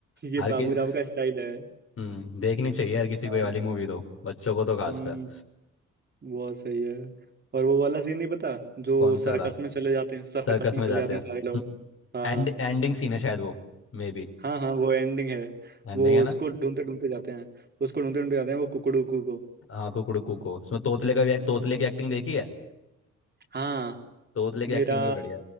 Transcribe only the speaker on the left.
हर
की
हम्म देखनी चाहिए हर किसी
को ये वाली मूवी तो बच्चों को तो खासकर
कौन सा
वाला
सर्कस
में
जाते
हैं
एंड एंडिंग सीन है शायद वो मे बी
एंडिंग
है
ना
हाँ कुकड़ू कुको उसमें तोतले का भी तोतले
की एक्टिंग देखी है
तोतले की
एक्टिंग भी बढ़िया